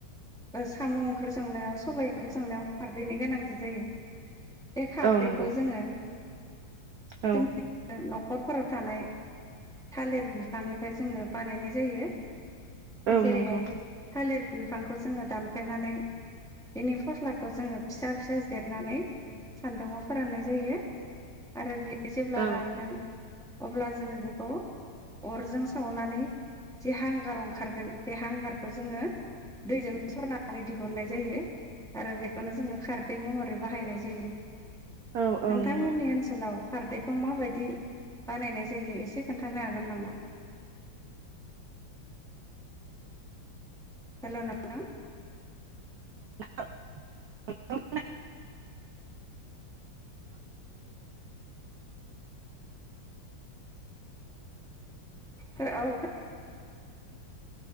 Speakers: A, in the centre; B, on the right.
A: साम' ओंख्रि संनायाव सबाय ओंख्रि संनायाव खारदैनि गोनांथि जायो बे खारदैखौ
B: औ नंगौ
A: जोङो
B: औ
A: जोंनि न'खर फोराव थानाय थालिर बि फांनिफ्राय जोङो बानायनाय जायो
B: औ
A: जेरैहाय
B: नंगौ
A: थालिर बिफांखौ जोङो दानफायनानै बिनि फस्लाखौ जोङो फिसा फिसा जिरनानै सान्दुंआव फोराननाय जायो आरो बे जेब्ला
B: औ।
A: रानगोन अब्ला जोङो बेखौ अरजों सावनानै जे हांगार ओंखारगोन बे हांगारखौ जोङो दैजों सरनानै दिहुननाय जायो आरो बेखौनो जोङो खारदै महरै बाहायनाय जायो
B: औ औ
A: नोंथांमोननि
B: नंगौ
A: ओनसोलाव खारदैखौ माबायदि बानायनाय जायो एसे खोन्थानो हागो । हागोन नामा? हेल' नोंथां
B: ऐड ओड
A: हो औ खो